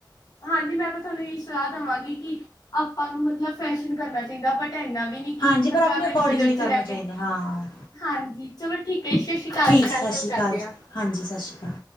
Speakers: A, on the left; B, on the left.
A: ਹਾਂਜੀ ਮੈਂ ਤਾਂ ਤੁਹਾਨੂੰ ਇਹੀ ਸਲਾਹ ਦਵਾਂਗੀ ਕਿ ਆਪਾਂ ਨੂੰ ਮਤਲਬ ਫੈਸ਼ਨ ਕਰਨਾ ਚਾਹੀਦਾ ਬਟ ਇੰਨਾ ਵੀ ਨਹੀ ਕੀ
B: ਹਾਂਜੀ
A: ਮਤਲਬ
B: ਪਰ
A: ਆਪਣੇ
B: ਅਕੋਰਡਿੰਗਲੀ
A: ਬਜਟ
B: ਕਰਨਾ
A: 'ਚ ਰਹਿ
B: ਚਾਹੀਦਾ
A: ਕੇ।
B: ਹਾਂ
A: ਹਾਂਜੀ ਚਲੋ ਠੀਕ ਹੈ ਜੀ ਸਸ਼ੀ ਕਾਲ
B: ਠੀਕ
A: ਜੀ ਕੱਲ
B: ਸਤਿ
A: ਗੱਲ
B: ਸ਼੍ਰੀ ਅਕਾਲ
A: ਕਰਦੇ ਆ।
B: ਜੀ ਹਾਂਜੀ ਸਸ਼ੀ ਕਾਲ।